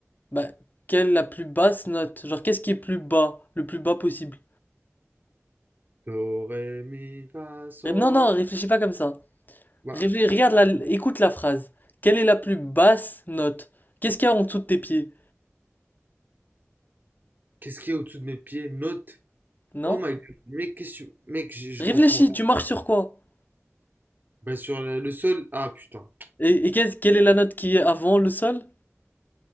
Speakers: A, on the left; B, on the right.
A: Bah, quelle est la plus basse note? Genre, qu'est-ce qui est plus bas? Le plus bas possible.
B: Do, ré, mi, fa, sol.
A: Ré- Non, non, réfléchis pas comme ça.
B: Bah,
A: Réfl- regarde la, écoute la phrase. Quelle est la plus basse note? Qu'est-ce qu'il y a en dessous de tes pieds?
B: qu'est-ce qu'il y a au-dessous de mes pieds? Note.
A: Non?
B: Oh my god, mec, qu'est-ce que tu- Mec, je, je
A: Réfléchis,
B: comprends.
A: tu marches sur quoi?
B: Bah, sur la- le sol. Ah, putain.
A: Et, et qu'est-ce- quelle est la note qui est avant le sol?